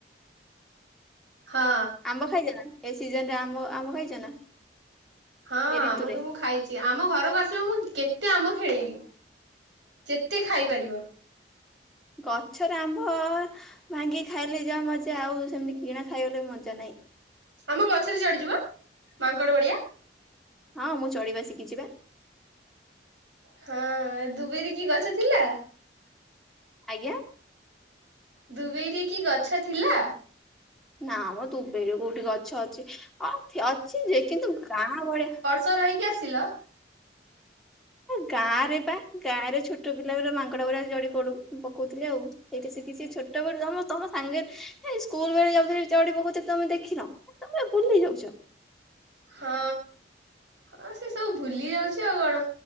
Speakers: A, on the right (about 80°); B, in the centre.
A: ହଁ।
B: ଆମ୍ବ ଖାଇଚ ନା ସିଜନ୍ ରେ ଆମ୍ବ ଆମ୍ବ ଖାଇଚ ନା?
A: ହଁ ଆମ
B: ଏ ଋତୁରେ
A: ତ ମୁଁ ଖାଇଚି। ଆମ ଘରକୁ ଆସିବ ମୁଁ କେତେ ଆମ୍ୱ ଖେଳେଇବି ଯେତେ ଖାଇପାରିବ।
B: ଗଛରେ ଆମ୍ବ ଭାଙ୍ଗି ଖାଇଲେ ଯାହା ମଜା ଆଉ ସେମିତି କିଣା ଖାଇବଲେ ମଜା ନାହିଁ।
A: ଆମ ଗଛରେ ଚଡିଯିବ ମାଙ୍କଡ ବଡିଆ।
B: ହଁ ମୁଁ ଚଢିବା ଶିଖିଚିବା।
A: ହଁ ଦୁବେଇ ରେ କି ଗଛ ଥିଲା?
B: ଆଜ୍ଞା?
A: ଦୁବାଇରେ କି ଗଛ ଥିଲା?
B: ନା ମ ଦୁବାଇରେ କୋଉଠି ଗଛ ଅଛି ହଁ ଅଛି ଯେ କିନ୍ତୁ ଗାଁ ବଳିଆ
A: ସୋ ରହିକି ଆସିଲ।
B: କାରେ ପା କାରେ ଛୋଟ ପିଲା ବଗୁରା ମାଙ୍କଡ ଗୁରା ଚଢି ପଡ଼ୁ ପକଉଥିଲେ ଆଉ। ସେଇଠି ସେ କିିଛି ଛୋଟ ବଟୁ ତମ ତମ ସାଙ୍ଗରେ ହେ ସ୍କୁଲ ବେଳେ ଯାଉଥିଲି ଚଢି ପକଉ ଥିଲି ତମେ ଦେଖିନ ତମେ ବୁଲି ଯାଉଚ।
A: ହଁ ହଁ ସେ ସବୁ ଭୁଲି ଯାଉଚି ଆଉ କଣ।